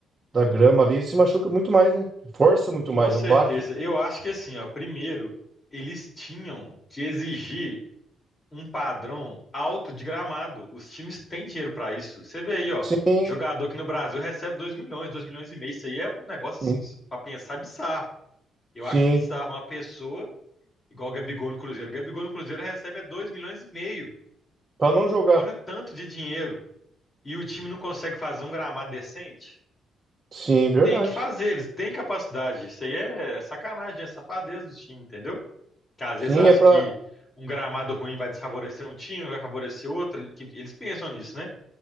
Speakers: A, on the right (about 30°); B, on the left (about 30°).
A: da grama ali, se machuca muito mais, né? Força muito
B: Com
A: mais.
B: certeza.
A: O baque.
B: Eu acho que assim, ó, primeiro, eles tinham que exigir um padrão alto de gramado. Os times têm dinheiro para isso. Você vê aí, ó,
A: Sim,
B: jogador que no Brasil recebe 2 milhões, 2 milhões e meio. Isso aí é um negócio
A: sim,
B: assim, para pensar bizarro. Eu
A: sim.
B: acho bizarro uma pessoa igual o Gabigol no Cruzeiro. O Gabigol no Cruzeiro recebe 2 milhões e meio.
A: Pra não jogar.
B: Olha o tanto de dinheiro. E o time não consegue fazer um gramado decente?
A: Sim, verdade.
B: Tem que fazer, eles têm capacidade. Isso aí é sacanagem, é safadeza do time, entendeu? Que às
A: Sim,
B: vezes acha
A: é pra.
B: que um gramado ruim vai desfavorecer um time, vai favorecer outro. que Eles pensam nisso, né?